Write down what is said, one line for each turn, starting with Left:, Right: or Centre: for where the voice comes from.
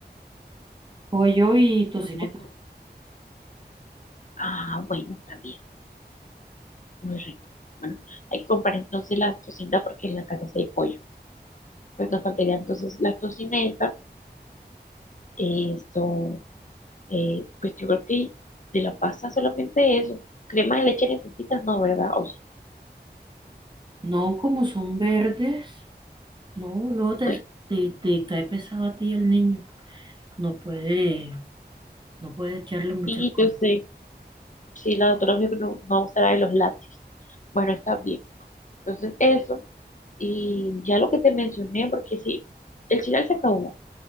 Right: pollo y tocineta.
Left: ¿O con- Ah, bueno, está bien. Muy rico. Bueno, hay que comprar entonces la tocineta porque en la casa sí hay pollo. Pues nos faltaría entonces la tocineta. Esto, eh, pues yo creo que de la pasta solamente eso. Crema de leche necesitas, no, ¿verdad? O sí.
Right: No, como son verdes, no, no, te,
Left: Bueno,
Right: te, te cae pesado a ti el niño. No puede, no puede echarle muchas
Left: y
Right: cosas.
Left: yo sé, si la doctora me dijo que no, no usará de los lácteos. Bueno, está bien. Entonces, eso. Y ya lo que te mencioné, porque sí, el final se acabó.